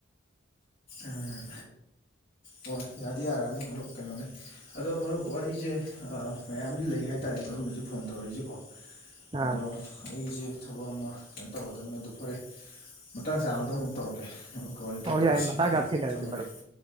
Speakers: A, on the left (about 45°); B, on the right (about 25°).
A: ꯎꯝꯝ ꯍꯣꯏ ꯌꯥꯗꯤ ꯌꯥꯔꯑꯅꯤ ꯃꯔꯨꯞ ꯀꯩꯅꯣꯅꯤ꯫ ꯑꯗꯣ ꯃꯔꯨꯞ ꯋꯥꯔꯤꯁꯦ ꯃꯌꯥꯝꯗꯤ ꯂꯩ ꯍꯥꯏꯇꯥꯔꯦ ꯃꯔꯨꯞꯅꯁꯨ ꯐꯣꯟ ꯇꯧꯔꯛꯏꯁꯦꯀꯣ꯫
B: ꯑꯥ
A: ꯑꯗꯣ ꯑꯩꯁꯤ ꯊꯕꯛ ꯑꯃ ꯀꯩꯅꯣ ꯇꯧꯒꯗꯕꯅꯤꯅ ꯑꯗꯨ ꯐꯔꯦ ꯃꯇꯥꯡ ꯆꯥꯕꯗꯥ ꯑꯃꯨꯛ ꯇꯧꯔꯛꯀꯦ ꯑꯗꯨꯒꯥ ꯋꯥꯔꯤ ꯋꯥꯇꯥꯏ
B: ꯍꯣꯏ
A: ꯇꯧꯁꯤ
B: ꯌꯥꯏ ꯃꯇꯥꯡ
A: ꯑꯩ
B: ꯆꯥ ꯊꯦꯡꯅꯔꯁꯤ
A: ꯊꯝꯃꯒꯦ
B: ꯃꯔꯨꯞ